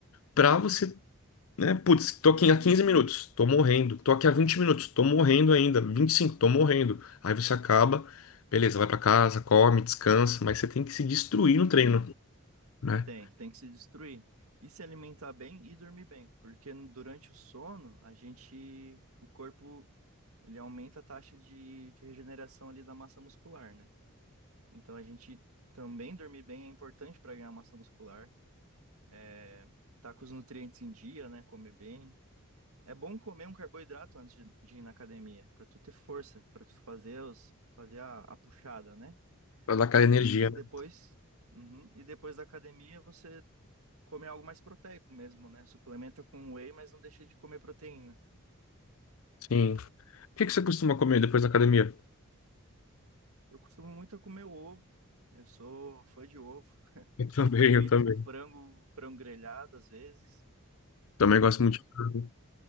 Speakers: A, on the left; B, on the right.
A: para você né? Putz, tô aqui
B: uhum,
A: há 15 minutos, tô morrendo. Tô aqui há 20 minutos, tô morrendo ainda. Vinte e cinco. tô morrendo. Aí você acaba, beleza, vai pra casa, come, descansa, mas você tem que se destruir
B: uhum.
A: no treino, né?
B: Tem, tem que se destruir. E se alimentar bem e dormir bem, porque durante o sono, a gente, o corpo, ele aumenta a taxa de, de regeneração ali da massa muscular, né? Então a gente também dormir bem é importante para ganhar massa muscular, é, tá com os nutrientes em dia, né? Comer bem. É bom comer um carboidrato antes de, de ir na academia, para tu ter força, para tu fazer os, fazer a, a puxada, né?
A: Pra dar aquela energia,
B: E depois,
A: né?
B: uhum, e depois da academia você comer algo mais proteico mesmo, né? Suplementa com whey, mas não deixa de comer proteína.
A: Sim. O que que você costuma comer depois da academia? <laughs>
B: Eu costumo muito a comer ovo. Eu sou fã de ovo, <laughs>
A: Eu também,
B: ovo frito,
A: eu também.
B: frango, frango grelhado às vezes.
A: Também gosto muito de carbo.